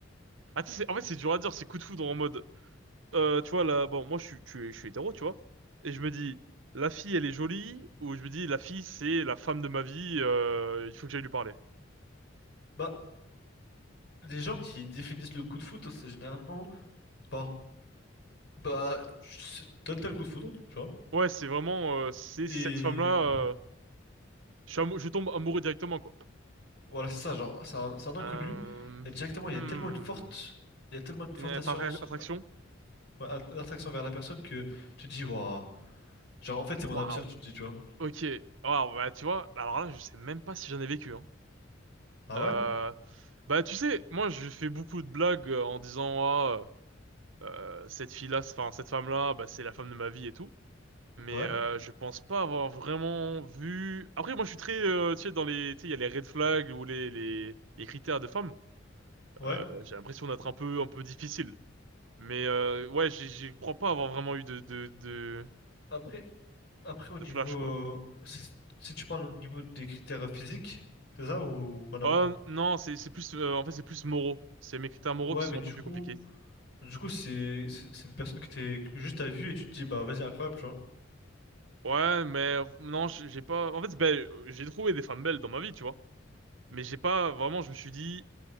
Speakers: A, on the right; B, on the left.
A: Ah, tu sais, c'est- en fait, c'est dur à dire, c'est coup de foudre en mode. euh, tu vois, là, bon, moi, je suis, tu es- je suis hétéro, tu vois. Et je me dis, la fille, elle est jolie, ou je me dis, la fille, c'est la femme de ma vie, euh, il faut que j'aille lui parler.
B: Bah, les gens qui définissent le coup de foudre, c'est généralement par, bah, tu sais- t'as t'as le coup de foudre, tu vois?
A: Ouais, c'est vraiment, euh, c'est
B: Et
A: cette femme-là, euh, je, suis amou- je tombe amoureux directement, quoi.
B: voilà, c'est ça, genre, c'est un, c'est un inconnu.
A: Euh,
B: Et directement, il
A: hmm.
B: y a tellement une forte, il y a tellement une forte
A: Une attra-
B: assurance,
A: attraction?
B: ouais, att- attraction vers la personne que tu te dis, waouh, genre, en fait, c'est mon
A: Waouh!
B: âme sœur, tu te dis, tu vois.
A: Ok. Waouh, bah, tu vois, alors là, je sais même pas si j'en ai vécu, hein.
B: Ah
A: Euh,
B: ouais?
A: bah, tu sais, moi, je fais beaucoup de blagues euh, en disant, ah, euh, cette fille-là, c'est- enfin, cette femme-là, bah, c'est la femme de ma vie et tout. Mais
B: Ouais?
A: euh, je pense pas avoir vraiment vu. Après, moi, je suis très, euh, tu sais, dans les, tu sais, il y a les red flags ou les les, les critères de femme.
B: Ouais?
A: Euh, j'ai l'impression d'être un peu un peu difficile. Mais euh, ouais, j'ai- je crois pas avoir vraiment eu de de de,
B: Après, Après, au niveau.
A: de flash quoi.
B: euh, Si si tu parles au niveau des critères physiques, c'est ça ou rien à
A: Euh,
B: voir?
A: non, c'est c'est plus euh, en fait c'est plus moraux. C'est mes critères moraux
B: Ouais,
A: qui sont
B: mais du
A: un peu plus
B: coup.
A: compliqués.
B: Du coup, c'est c'est c'est une personne que t'es que juste à vue et tu te dis, bah vas-y, incroyable, tu vois.
A: Ouais, mais euh, non, j'ai j'ai pas. En fait, ben, euh, j'ai trouvé des femmes belles dans ma vie, tu vois. Mais j'ai pas vraiment. Je me suis dit.